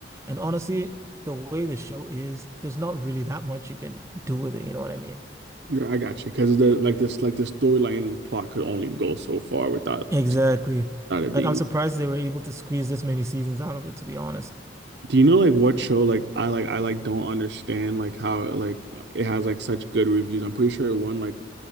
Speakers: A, on the right (about 15°); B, on the right (about 70°).
A: And honestly, the way the show is, there's not really that much you can do with it. You know what I mean?
B: Yeah, I got you. Because the like this like the storyline and plot could only go so far without
A: Exactly.
B: without it
A: Like
B: being.
A: I'm surprised they were able to squeeze this many seasons out of it, to be honest.
B: Do you know like what show like I like I like don't understand like how it, like it has like such good reviews. I'm pretty sure it won like